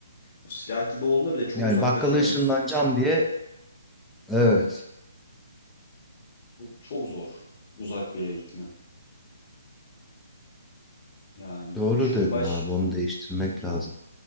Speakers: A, on the left; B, in the centre.
A: O silah gibi olduğunda bile çok
B: Yani
A: uzaklaşamıyorsun.
B: bakkala ışınlanacağım diye evet
A: Çok, çok zor uzak bir yere gitmen. Yani
B: doğru
A: bir düşünün
B: dedin
A: baş,
B: abi onu değiştirmek lazım.